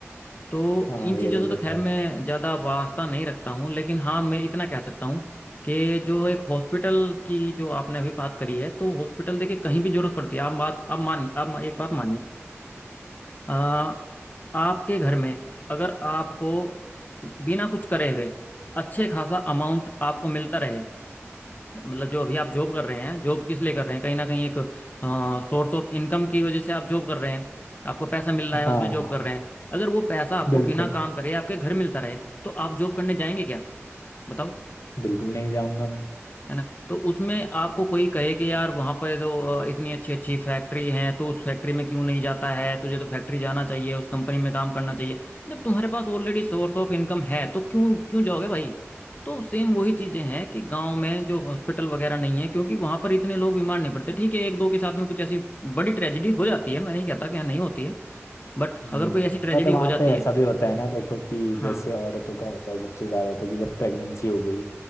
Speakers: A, on the left; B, on the left.
A: तो
B: हाँ
A: इन चीज़ों
B: ये तो
A: से
B: सही
A: तो खैर
B: कहा
A: मैं ज़्यादा वास्ता नहीं रखता हूँ लेकिन हाँ मैं इतना कह सकता हूँ कि जो एक हॉस्पिटल की जो आपने अभी बात करी है तो हॉस्पिटल देखिए कहीं भी जरूरत पड़ती है आप बात आप मानिए आप एक बात मानिए अ, आपके घर में अगर आपको बिना कुछ करे हुए अच्छे खासा अमाउंट आपको मिलता रहे मतलब जो अभी आप जॉब कर रहे हैं जॉब किस लिए कर रहे हैं कहीं ना कहीं एक सोर्स ऑफ इनकम की वजह से आप जॉब कर रहे हैं आपको पैसा मिल रहा है
B: हाँ
A: इसलिए जॉब कर रहे हैं अगर वो पैसा आपको
B: बिल्कुल
A: बिना काम करे आपके घर मिलता रहे तो आप जॉब करने जाएंगे क्या बताओ
B: बिल्कुल नहीं जाऊंगा मैं
A: है ना तो उसमें आपको कोई कहे कि यार वहां पर तो अ, इतनी अच्छी अच्छी फैक्ट्री हैं तो उस फैक्ट्री में क्यों नहीं जाता है तुझे तो फैक्ट्री जाना चाहिए उस कंपनी में काम करना चाहिए जब तुम्हारे पास ऑलरेडी सोर्स ऑफ इनकम है तो क्यों क्यों जाओगे भाई तो सेम वही चीजें हैं कि गांव में जो हॉस्पिटल वगैरह नहीं है क्योंकि वहां पर इतने लोग बीमार नहीं पड़ते ठीक है एक दो के साथ में कुछ ऐसी बड़ी ट्रेजेडी हो जाती है मैं नहीं कहता कि यहाँ नहीं होती है बट
B: हम्म
A: अगर कोई ऐसी ट्रेजेडी
B: पर वहाँ
A: हो जाती
B: पे ऐसा
A: है
B: भी होता है ना देखो कि
A: हाँ
B: जैसे औरतों का होता है सबसे ज़्यादा तो कि जब प्रेगनेंसी हो गई